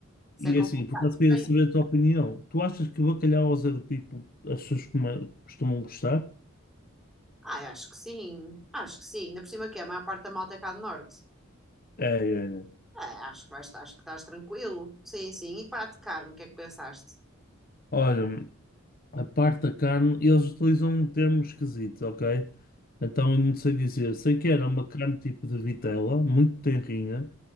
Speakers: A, in the centre; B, on the left.
A: Isso
B: E
A: é complicado.
B: é assim, por acaso
A: Tu
B: queria
A: tens-
B: saber a tua opinião. Tu achas que bacalhau ao Zé do Pipo as pessoas come- costumam gostar?
A: Ah, acho que sim. Acho que sim. Ainda por cima que é, a maior parte da malta é cá do norte.
B: É, é, é.
A: É, acho que vais, acho que estás tranquilo. Sim, sim. E prato de carne, o que é que pensaste?
B: Olha, a parte da carne, eles utilizam um termo esquisito, ok? Então eu não sei dizer. Sei que era uma carne tipo de vitela, muito tenrinha,